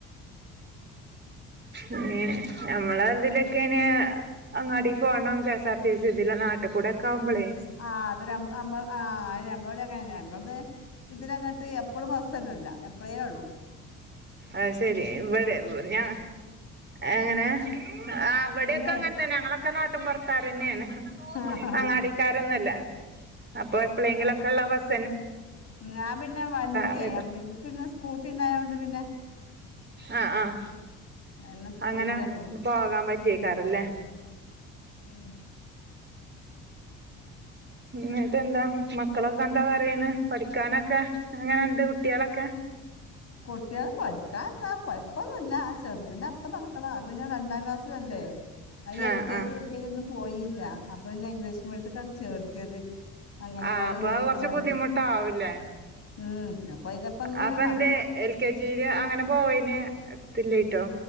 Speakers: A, on the left (about 40°); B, on the right (about 30°).
A: <inaudible>
B: മം ഞമ്മള് ഇതിലൊക്കെ ഇന് അങ്ങാടി പോണം കെ എസ്ആർ ടി സി ഇതി.. നാട്ടുക്കൂടെക്കാവുമ്പളേ..
A: ആഹ് <unintelligible> ആ അമ്മളോടങ്ങനന്നെയാ അത് ഇതിനങ്ങോട്ട് എപ്പഴും മാസ തന്നെല്ല എപ്പഴേ ഉള്ളു.
B: അയ്ശരി ഇവിടെ ഞാ.. എങ്ങനെ ആ അവിടെൊക്കെ
A: പിന്നെ
B: അങ്ങനെ തന്നെ ഞങ്ങളൊക്കെ നാട്ട.. മ്പുറത്താരന്നയാണ്
A: ആഹ്
B: അങ്ങടിക്കാരൊന്നല്ല അപ്പൊ എപ്പോഴങ്കിലൊക്കെള്ള വസ്..
A: ഞാൻ പിന്നെ വണ്ടിയെ
B: ആയിട്ട്
A: എനിക്കിന്നെ സ്കൂട്ടി ഉണ്ടായൊണ്ട് പിന്നെ..
B: ആഹ ആഹ
A: എന്നാ സ്കൂട്ടിയിലാ
B: അങ്ങനെ
A: പോവല്
B: പോകാൻ പറ്റിയ കാറല്ലേ?
A: മം
B: എന്നിട്ട എന്താ മക്കളൊക്കെ എന്താ പറയണ്? പഠിക്കാനൊക്കെ അങ്ങനെുണ്ട് കുട്ടികളൊ.. ക്ക
A: കുട്ട്യേള് പഠിക്കാത്താ കൊഴ്പ്പൊന്നുല്ല ചെർതിന്റെപ്പോ നടക്കണാ <unintelligible> പിന്നെ രണ്ടാം ക്ലാസിലല്ലേ ഈ
B: ആഹ്
A: എൽ കെ
B: ആഹ്
A: ജി, യു കെ ജി ഒന്നും പോയില്ല അപ്പൊ പിന്നെ ഇംഗ്ലീഷ് മീഡിയത്തിക്കാണ് ചേർത്തിയത്. അങ്ങനെ
B: ആഹ്
A: വഴി
B: അപ്പൊ
A: <unintelligible>
B: കൊറച്ച് ബുദ്ധിമുട്ടാവൂല്ലേ
A: ഉം അപ്പൊയ്ന്റപ്പങ്ങനെ
B: അപ്പൊ
A: നട്‌
B: എന്തേ എൽ കെ ജിയില് അങ്ങനെ പോവേനു എട്ത്തില്ലായ്ട്ടോ?